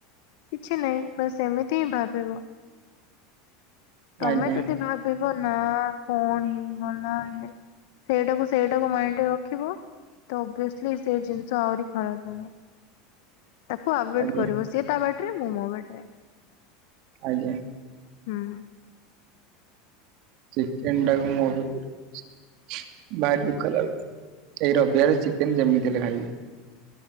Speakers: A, on the left (about 70°); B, on the right (about 60°).
A: କିଛି ନାହିଁ ବାସ୍ ଏମିତି ହିଁ ଭାବିବ ତମେ
B: ଆଜ୍ଞା
A: ଯଦି ଭାବିବ ନା କଣ ହେଇଗଲା ସେଇଟାକୁ ସେଇଟାକୁ ମାଇଣ୍ଡରେ ରଖିବ ତଭିସଲି ସେ ଜିନିଷ ଆହୁରି ଖରାପ ହନ ତାକୁ ଆଭେ ଏ
B: ଆଜ୍ଞା
A: ଡେ କରିବ ସିଏ ତା ବାଟରେ ମୁଁ ମୋ ବାଟରେ
B: ଆଜ୍ଞା
A: ହୁଁ
B: ଚିକେନ ଟାକୁ <unintelligible> ଭାରି ଦୁଃଖ ଲାଗୁଛି ଏଇ ରବିବାରେ ଚିକେନ ଯେମିତି ହେଲେ ଖାଇବି